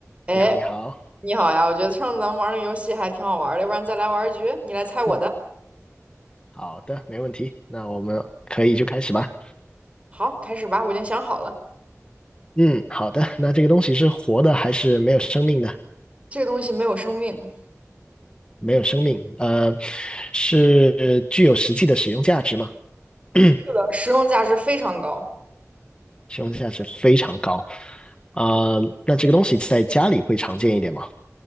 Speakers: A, on the right; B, on the left.
A: 哎，
B: 你好，你好，
A: 你好呀！我觉得上次咱们玩那个游戏还挺好玩的，要不然再来玩一局，你来猜我的。
B: 嗯，好的，没问题。那我们可以就开始吧。
A: 好，开始吧，我已经想好了，
B: 嗯，好的。那这个东西是活的还是没有生命的？
A: 这个东西没有生命，
B: 没有生命，呃，是具有实际的使用价值吗？<clears throat>
A: 是的，实用价值非常高。
B: 使用价值非常高。啊、那这个东西在家里会常见一点吗？